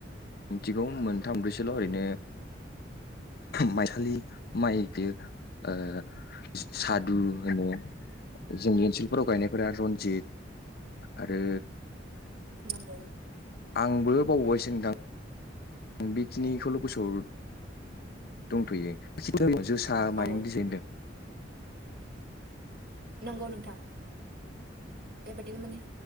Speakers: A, on the left; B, on the right.
A: मिथिगौ मोनथाम ब्रैसोल' ओरैनो माइसालि माइ <unintelligible> ओ सादु होनो जोंनि ओनसोलफोराव गायनायफोरा रन्जित आरो
B: नंगौ
A: आंबो बावबायसो <unintelligible> बेखिनिखौल' गोसोआव दंथ'यो <unintelligible> जोसा
B: औ
A: मानि <unintelligible>
B: नंगौ नोंथां बेबादिनो माने